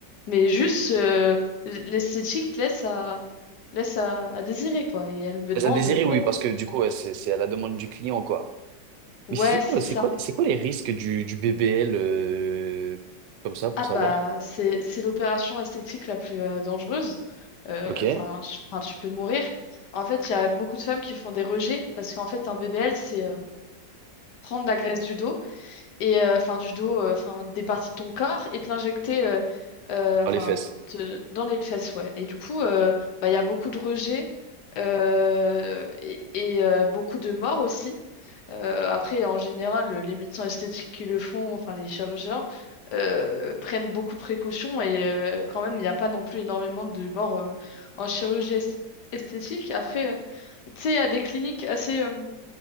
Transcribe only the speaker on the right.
Ça désirait,
oui, parce que du coup, ouais, c'est c'est à la demande du client, quoi.
Mais sinon,
euh, c'est
quoi, c'est quoi les risques du, du BBL euh, comme ça, pour
savoir?
Ok.
Dans les fesses.